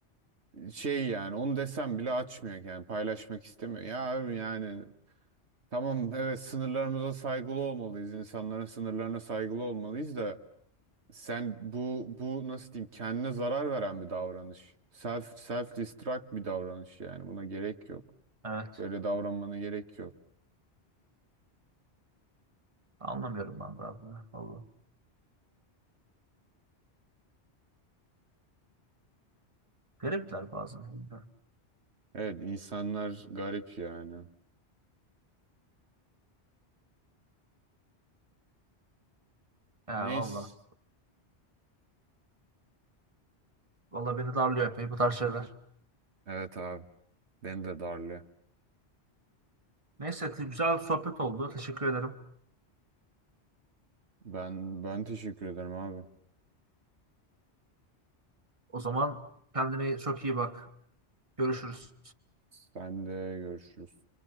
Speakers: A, on the right; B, on the right.
A: şey yani onu desem bile açmıyor yani paylaşmak istemiyor. Ya abi yani tamam evet sınırlarımıza saygılı olmalıyız. insanların sınırlarına saygılı olmalıyız da sen bu bu nasıl diyeyim kendine zarar veren bir davranış. Self self destruct bir davranış yani buna gerek yok.
B: Evet.
A: Böyle davranmana gerek yok.
B: Anlamıyorum ben de abi. Valla. Garipler bazen.
A: Evet insanlar garip yani.
B: Ya
A: Neyse.
B: valla. Valla beni darlıyor epey bu tarz şeyler.
A: Evet abi. Ben de darlı.
B: Neyse güzel bir sohbet oldu. Teşekkür ederim.
A: Ben ben teşekkür ederim abi.
B: O zaman kendine çok iyi bak. Görüşürüz.
A: Sen de görüşürüz.